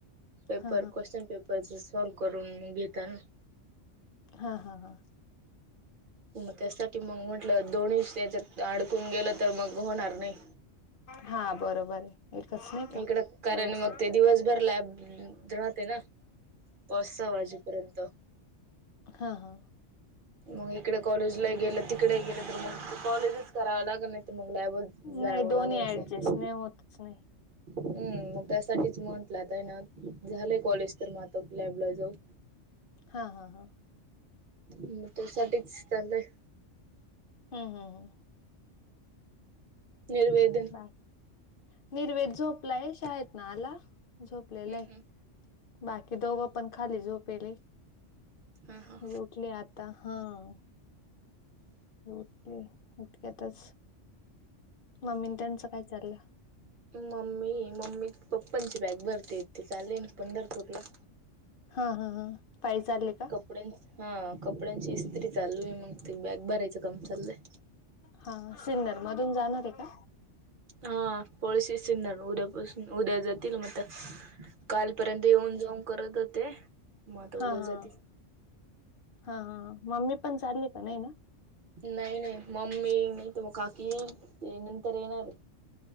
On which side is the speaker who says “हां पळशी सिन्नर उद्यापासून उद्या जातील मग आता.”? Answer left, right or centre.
Right